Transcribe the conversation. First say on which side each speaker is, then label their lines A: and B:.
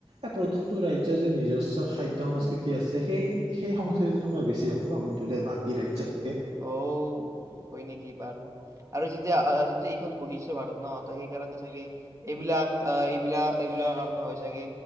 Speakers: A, on the right (about 85°); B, on the right (about 30°).
A: এই প্ৰতিটো ৰাজ্যৰ যি নিজস্ব খাদ্য সংস্কৃতি আছে সেই সেই সংস্কৃতিটো মই বেছি ভাল পাওঁ কিন্তু দে বাকী ৰাজ্যতকে।
B: অঔ হয় নেকি বাৰু। আৰু যেতিয়া যেতিয়া এইখন বৈচিত্ৰ ভাৰত ন ত সেইকাৰণে চাগে এইবিলাক আহ এইবিলাক এইবিলাক কাৰণে হয় চাগে।